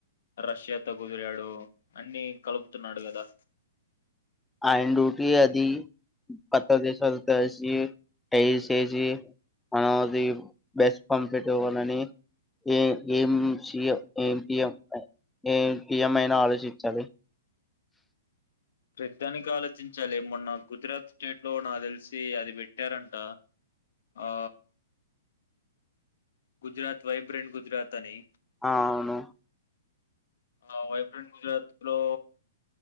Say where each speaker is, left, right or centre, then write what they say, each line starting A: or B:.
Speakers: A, on the left; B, in the centre.
A: రష్యాతో కుదిరాడు. అన్ని కలుపుతున్నాడు కదా.
B: ఆయన డూటి అది. కొత్త దేశాలు కలిసి టై చేేసి మనది బెస్ట్ పంపెట్ ఇవ్వాలని, ఏ ఏం, ఏం పి ఎం, ఏం పిఎం అయినా ఆలోచించాలి.
A: పెడ్డానికి ఆలోచించాలి మొన్న గుజరాత్ స్టేట్ లో నా తెలిసి అది పెట్టారంట ఆ గుజరాత్ వైబ్రెంట్ గుజరాత్ ని
B: ఆ అవును
A: ఆ వైబ్రెంట్ గుజరాత్ లో